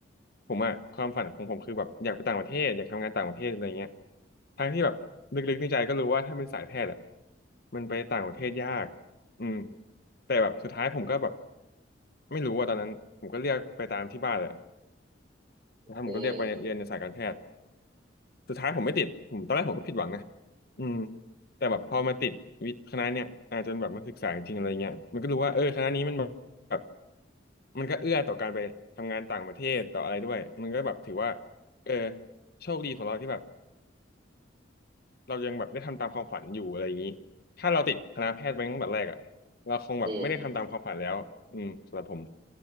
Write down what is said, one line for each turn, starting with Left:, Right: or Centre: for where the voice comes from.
Left: ผมอ่ะความฝันของผมคือแบบอยากไปต่างประเทศอยากทำงานต่างประเทศอะไรเงี้ยทั้งที่แบบลึกๆในใจก็รู้ว่าถ้าเป็นสายแพทย์อ่ะมันไปต่างประเทศยากอืมแต่แบบสุดท้ายผมก็แบบไม่รู้ว่าตอนนั้นผมก็เรียกไปตามที่บ้านเลย นะครับผมก็เรียกไปเรียนในสายการแพทย์
Right: อืม
Left: สุดท้ายผมไม่ติดผมตอนแรกผมก็ผิดหวังนะอืมแต่แบบพอมาติดวิทย์คณะเนี่ยอาจนแบบมาศึกษาจริงอะไรเงี้ยมันก็รู้ว่าเออคณะนี้มันแบบมันก็เอื้อต่อการไปทำงานต่างประเทศต่ออะไรด้วยมันก็แบบถือว่าเออโชคดีของเราที่แบบเรายังแบบได้ทำตามความฝันอยู่อะไรอย่างนี้ถ้าเราติดคณะแพทย์ไปตั้งแต่แรกอ่ะเราคงแบบไม่ได้ทำตามความฝันแล้วอืมสำหรับผม
Right: อืม